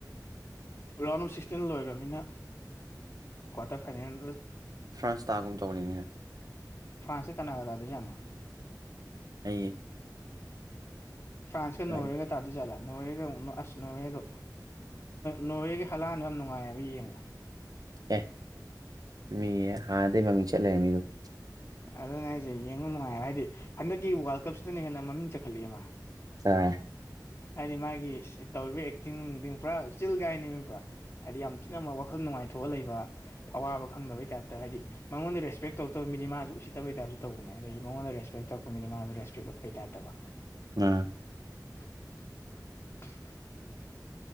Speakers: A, on the left; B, on the right.
A: ꯔꯥꯎꯟ ꯑꯣꯐ ꯁꯤꯛꯁꯇꯤꯟ ꯂꯣꯏꯈ꯭ꯔꯅꯤꯅ ꯀ꯭ꯋꯥꯇꯔ ꯐꯥꯏꯅꯦꯜꯗ
B: ꯐ꯭ꯔꯥꯟꯁꯇꯥꯥꯒꯨꯝ ꯇꯧꯔꯤꯅꯤꯍꯦ
A: ꯐ꯭ꯔꯥꯟꯁꯦ ꯀꯅꯥ ꯀꯗꯥꯗꯏꯖꯥꯅꯣ
B: ꯑꯩ
A: ꯐ꯭ꯔꯥꯟꯁꯀ ꯅꯣꯔꯋꯦꯒ
B: ꯑꯦ
A: ꯇꯥꯗꯤꯖꯠꯂ ꯅꯣꯔꯋꯦꯒ ꯑꯁ ꯅꯣꯔꯋꯦꯗꯣ ꯅꯣꯔꯔꯦꯒꯤ ꯍꯜꯂꯥꯟꯅꯗ ꯌꯥꯝ ꯅꯨꯡꯉꯥꯏꯑꯕ ꯌꯦꯡꯕ
B: ꯑꯦ ꯃꯤ ꯍꯥꯟꯅꯗꯩ ꯃꯃꯤꯡ ꯆꯠ ꯂꯩꯔ ꯃꯤꯗꯨꯕꯨ
A: ꯑꯗꯨꯅꯦ ꯍꯥꯏꯖꯦ ꯌꯦꯡꯕ ꯅꯨꯡꯉꯥꯏ ꯍꯥꯏꯗꯤ ꯍꯟꯗꯛꯀꯤ ꯋꯥꯜ ꯀꯞꯁꯤꯗꯅ ꯍꯦꯟꯅ ꯃꯃꯤꯡ ꯆꯠꯈꯠꯂꯛꯑꯦ ꯃꯥ
B: ꯇꯥꯏ
A: ꯍꯥꯏꯗꯤ ꯃꯥꯒꯤ ꯏꯁ ꯇꯧꯔꯤꯕ ꯑꯦꯛꯇꯤꯡ ꯅꯨꯡꯗꯤꯡ ꯄꯨꯔꯥ ꯆꯤꯜ ꯒꯥꯏꯅꯤꯃꯤ ꯄꯨꯔꯥ ꯍꯥꯏꯗꯤ ꯌꯥꯝ ꯊꯤꯅꯃꯛ ꯋꯥꯈꯜ ꯅꯨꯡꯉꯥꯏꯊꯣꯛꯑ ꯂꯩꯕ ꯑꯋꯥꯕ ꯈꯪꯗꯕꯩ ꯇꯥꯏꯞꯇ ꯍꯥꯏꯗꯤ ꯃꯉꯣꯟꯗ ꯔꯦꯁꯄꯦꯛ ꯇꯧꯔꯛꯇꯕ ꯃꯤꯗꯤ ꯃꯥꯅꯁꯨ ꯎꯁꯤꯠꯇꯕ ꯇꯥꯏꯞꯁꯨ ꯇꯧꯕꯅꯦ ꯑꯗꯒꯤ ꯃꯉꯣꯟꯗ ꯔꯦꯁꯄꯦꯛ ꯇꯧꯔꯛꯄ ꯃꯤꯗꯤ ꯃꯥꯅꯁꯨ ꯔꯦꯁꯄꯦꯛ ꯎꯠꯄ ꯇꯥꯏꯞ ꯇꯕ
B: ꯎꯝ
A: ꯇꯥꯗꯔꯦ ꯁꯦꯪꯅꯥ <inaudible>